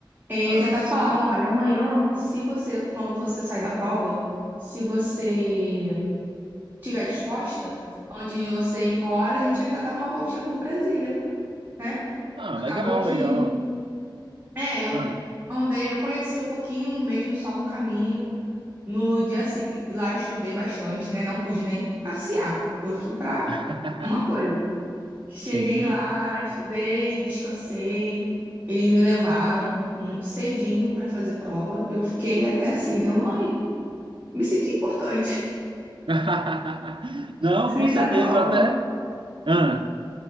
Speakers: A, on the right; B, on the right.
A: É, E
B: Ah,
A: eles até falaram,
B: sim.
A: olha, amanhã, se você, quando você sair da prova, se você tiver disposta, antes de você ir embora, a gente ainda dá uma voltinha por Brasília, né?
B: Ah,
A: Acabou
B: legal,
A: que,
B: legal.
A: é, eu
B: Ah,
A: andei, eu conheci um pouquinho mesmo só no caminho. No dia se... lá eu estudei bastante, né? Não pude nem passear. Eu fui pra
B: <laughs>
A: uma coisa. Cheguei
B: sim.
A: lá, estudei, descansei. Eles me levaram hum, cedinho pra fazer prova. Eu fiquei até assim, deu, ai, me senti importante.
B: <laughs> Não,
A: <laughs> Fiz
B: com certeza,
A: a prova,
B: até. Ah,